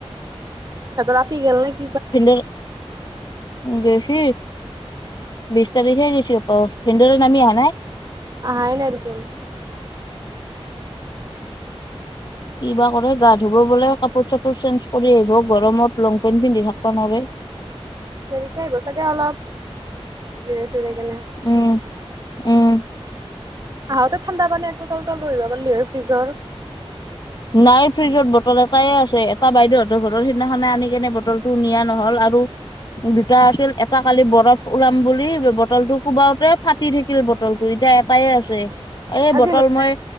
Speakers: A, on the right; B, on the left.
A: সিহঁতৰ আপি গেল নেকি?
B: ভিনদেক গেছি বিশ তাৰিখে গেছি হব। ভিনদেউ নামি অ।
A: আহায় নাই দেখোন।
B: কিবা কৰে গা ধুব বোলে কাপোৰ চাপ চেঞ্জ কৰি আহিব গৰমত লং পেন্ট পিন্ধি থাকব নৰে।
A: দেৰিকে কে আহিব চাগে অলপ জিৰে চিৰে কেনে
B: উম উম।
A: আহঁতে ঠাণ্ডা পানী এক বটল এটা লৈ আহিবা পাৰিলি হয় ফ্ৰিজৰ।
B: নাই ফ্ৰিজত বটল এটাই আছে এটা বাইদেউহঁতৰ ঘৰ সিদিনাখনে আনি কেনে বটলটো নিয়া নহ'ল আৰু দুটা আছিল এটা কালি বৰফ ওলাম বুলি বটলটো কোবাওতে ফাটি থাকিল বটলটো এতিয়া এটাই আছে এই
A: আজি
B: বটল
A: লৈ
B: মই